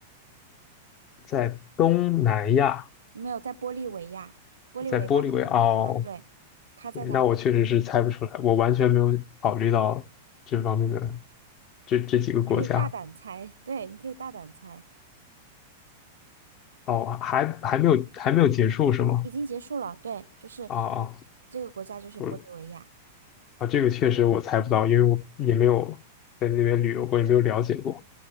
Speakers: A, on the left; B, on the right.
A: 在东南亚，
B: 没有在玻利维亚，玻利维亚这个国家，
A: 在玻利维亚。哦，
B: 对，它在哪？
A: 对那我确实是猜不出来，我完全没有考虑到这方面的这这几个国家。
B: 你可以大胆猜，对，你可以大胆猜，
A: 哦，还还没有还没有结束是吗？
B: 已经结束了，对，就是
A: 啊啊，
B: 这个国家就是玻利维亚。
A: 不啊，这个确实我猜不到，因为我也没有在那边旅游过，也没有了解过。